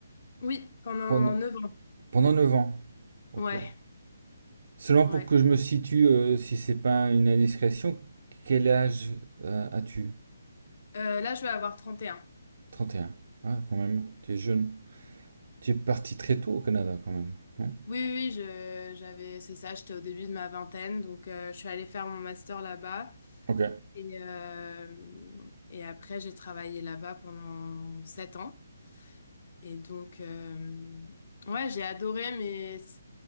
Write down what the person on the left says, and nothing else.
Oui, pendant
9 ans.
Ouais,
ouais.
Euh, là, je vais avoir 31.
Oui, oui, oui, je, j'avais, c'est ça, j'étais au début de ma vingtaine, donc euh, je suis allée faire mon master là-bas.
Et, euh, et après, j'ai travaillé là-bas pendant sept ans. Et donc, euh, ouais, j'ai adoré, mais c-